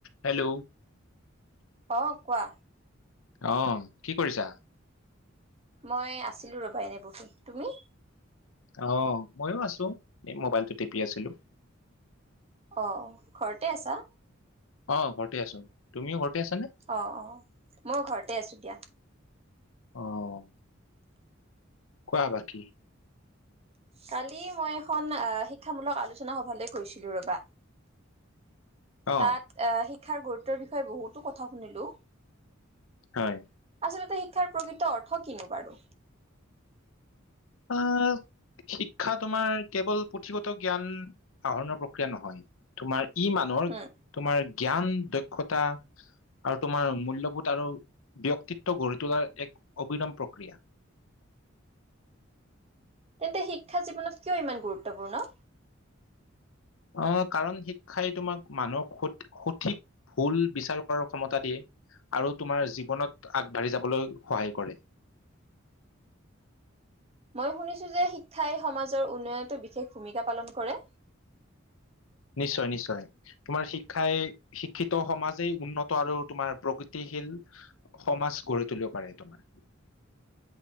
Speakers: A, on the left; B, on the right.
A: Hello
B: অ। কোৱা
A: আহ কি কৰিছা?
B: মই আছিলো ৰবা এনেই বহি। তুমি?
A: অ মইো আছো, এই মোবাইলটো টিপি আছিলো
B: অ। ঘৰতে আছা?
A: অ ঘৰতে আছো তুমিও ঘৰতে আছানে
B: অ অ মই ঘৰতে আছো দিয়া।
A: আহ। কোৱা বাকী
B: কালি মই এখন আহ শিক্ষামূলক আলোচনা সভালৈ গৈছিলো ৰবা।
A: অ
B: তাত আহ শি শিক্ষাৰ গুৰুত্বৰ বিষয়ে বহুতো কথা শুনিলোঁ।
A: হয়।
B: আচলতে শিক্ষাৰ প্ৰকৃত অৰ্থ কিনো বাৰু?
A: অ শিক্ষা তোমাৰ কেৱল পুথিগত জ্ঞান আহৰণৰ প্ৰক্ৰিয়া নহয়। তোমাৰ ই মানুহৰ
B: উম
A: তোমাৰ জ্ঞান দক্ষতা আৰু তোমাৰ মূল্যবোধ আৰু ব্যক্তিত্ব গঢ়ি তোলাৰ এক অবিনম প্ৰক্ৰিয়া।
B: তেন্তে শিক্ষা জীৱনত কিয় ইমান গুৰুত্বপূৰ্ণ?
A: উম কাৰণ শিক্ষাই তোমাক মানুহক স সঠিক ভুল বিচাৰ কৰাৰ ক্ষমতা দিয়ে আৰু তোমাৰ জীৱনত আগবাঢ়ি যাবলৈ সহায় কৰে।
B: মই শুনিছোঁ যে শিক্ষাই সমাজৰ উন্নয়নত বিশেষ ভূমিকা পালন কৰে।
A: নিশ্চয় নিশ্চয় তোমাৰ শিক্ষাই শিক্ষিত সমাজেই উন্নত আৰু তোমাৰ প্ৰক শীল সমাজ গঢ়ি তুলিব পাৰে তমাৰ